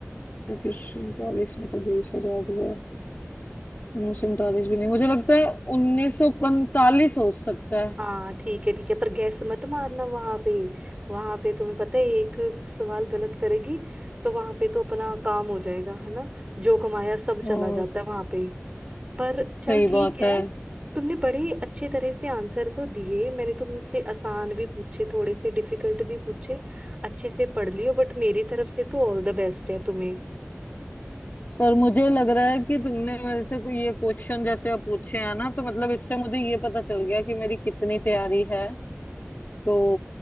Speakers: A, on the left; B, on the right.
A: उन्नीस सौ उनतालीस में तो देश आजाद हुआ है उन्नीस सौ उनतालीस भी नहीं मुझे लगता है उन्नीस सौ पैंतालीस हो सकता
B: हाँ ठीक है ठीक है पर गैस मत मारना वहां पे वहां पे तुम्हें पता है एक सवाल गलत करेगी तो वहां पे तो अपना काम हो जाएगा है ना जो कमाया सब
A: है
B: चला जाता है वहां पे पर चल
A: सही
B: ठीक
A: बात
B: है
A: है
B: तुमने बड़े अच्छे तरह से आंसर तो दिए मैंने तुमसे आसान भी पूछे थोड़े से डिफिकल्ट भी पूछे अच्छे से पढ़ लियो बट मेरी तरफ से तो ऑल द बेस्ट है तुम्हें
A: पर मुझे लग रहा है कि तुमने मेरे से कोई ये क्वेश्चन जैसे अब पूछे हैं ना तो मतलब इससे मुझे ये पता चल गया कि मेरी कितनी तैयारी है तो